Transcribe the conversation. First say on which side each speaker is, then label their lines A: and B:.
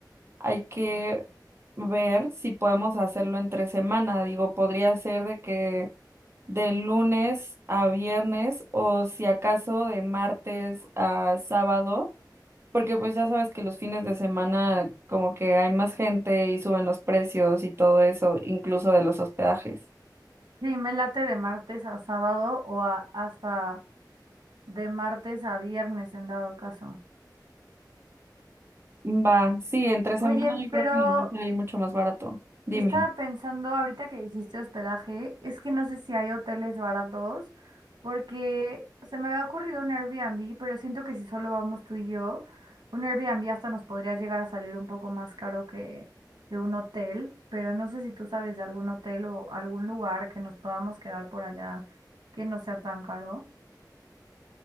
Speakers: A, on the right; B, on the right.
A: hay que ver si podemos hacerlo entre semana. Digo, podría ser de que de lunes a viernes o si acaso de martes a sábado, porque pues ya sabes que los fines de semana como que hay más gente y suben los precios y todo eso, incluso de los hospedajes.
B: Sí, me late de martes a sábado o a- hasta de martes a viernes en dado caso.
A: Va, sí, entre semana
B: Oye,
A: yo creo
B: pero
A: que nos va a salir mucho más barato. Dime.
B: estaba pensando ahorita que dijiste hospedaje, es que no sé si hay hoteles baratos, porque se me había ocurrido un Airbnb, pero siento que si solo vamos tú y yo, un Airbnb hasta nos podría llegar a salir un poco más caro que, que un hotel, pero no sé si tú sabes de algún hotel o algún lugar que nos podamos quedar por allá que no sea tan caro.